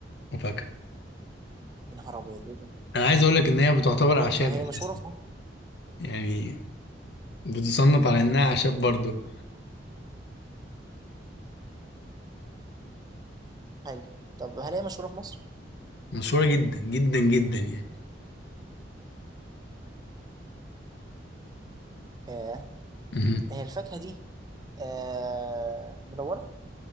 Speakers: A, on the left (about 65°); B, on the right (about 20°).
A: وفاكهه
B: يا نهار أبيض إيه ده؟
A: انا عايز اقول لك ان هي بتعتبر اعشاب
B: طب هي
A: اساسا
B: مشهورة في مصر؟
A: يعني بتصنف على انها اعشاب برضو
B: حلو طب هل هي مشهورة في مصر؟
A: مشهوره جدا جدا جدا يعني
B: آه
A: امم
B: هي الفاكهة دي آه مدورة